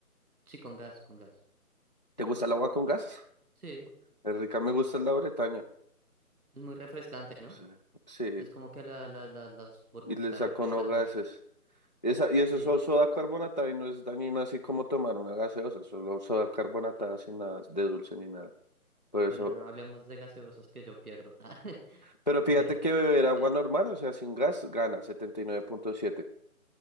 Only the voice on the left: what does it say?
¿Te gusta
el agua con gas?
Es rica, me gusta la Bretaña.
Sí, sí,
y le saco
no gases.
Esa, y eso
es so- soda carbonatada y no es dañina así como tomar una gaseosa, solo soda carbonatada sin nada de dulce ni nada. Por
eso,
pero fíjate
que beber agua
normal, o sea, sin gas, gana setenta y nueve punto siete.